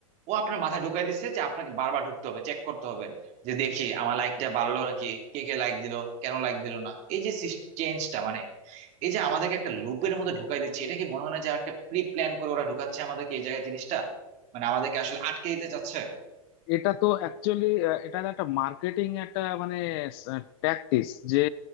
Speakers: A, on the right; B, on the left.
A: ও আপনার মাথায় ঢুকাই দিচ্ছে যে আপনাকে বারবার ঢুকতে হবে চেক করতে হবে যে দেখি আমার লাইকটা বাড়লো নাকি কে কে লাইক দিল কেন লাইক দিল না এই যে চেঞ্জটা মানে এই যে আমাদেরকে একটা লুপের মধ্যে ঢুকাই দিচ্ছে এটা কি মনে হয় না যে একটা প্রি প্ল্যান করে ওরা ঢুকাচ্ছে আমাদেরকে এই জায়গায় জিনিসটা মানে আমাদেরকে আসলে আটকে দিতে চাচ্ছে
B: এটা তো অ্যাকচুয়ালি এটা একটা মার্কেটিং একটা মানে ট্যাকটিস যে